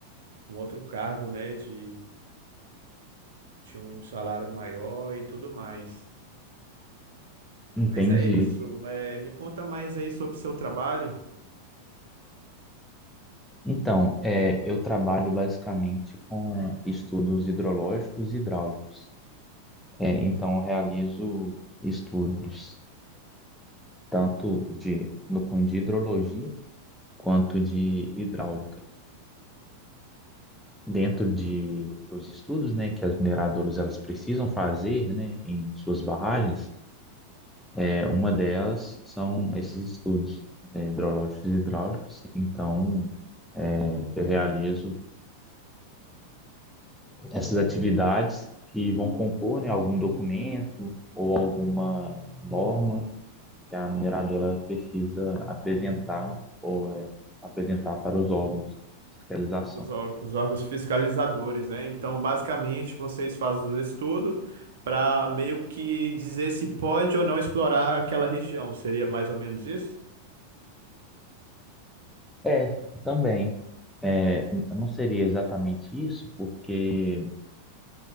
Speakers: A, on the right; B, in the centre.
A: um outro cargo, né, de, de um salário maior e tudo mais.
B: Entendi.
A: Mas é isso, é, me conta mais aí sobre o seu trabalho,
B: Então, é, eu trabalho basicamente com estudos hidrológicos e hidráulicos. É, então, eu realizo estudos tanto de no cunho de hidrologia quanto de hidráulica. dentro de, dos estudos, né, que as mineradoras elas precisam fazer, né, em suas barragens, é, uma delas são esses estudos é, hidrológicos e hidráulicos. Então, eu realizo essas atividades que vão compor, né, algum documento ou alguma norma que a mineradora precisa apresentar ou é, apresentar para os órgãos né, de fiscalização.
A: os, ór- os órgãos fiscalizadores, né? Então, basicamente, vocês fazem o estudo para meio que dizer se pode ou não explorar aquela região. Seria mais ou menos isso?
B: É, também. É, não seria exatamente isso, porque